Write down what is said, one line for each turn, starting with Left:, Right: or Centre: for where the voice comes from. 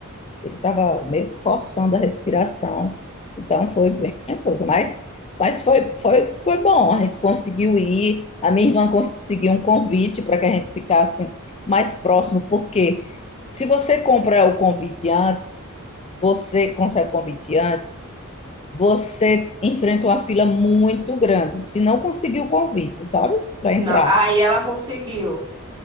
Left: Ele estava meio que forçando a respiração. Então foi bem a coisa. Mas, mas foi, foi, foi bom. A gente conseguiu ir. A minha irmã conseguiu um convite para que a gente ficasse mais próximo, porque se você compra o convite antes, você consegue o convite antes, você enfrenta uma fila muito grande. Se não conseguiu o convite, sabe? Para entrar.
Right: Não, aí ela conseguiu.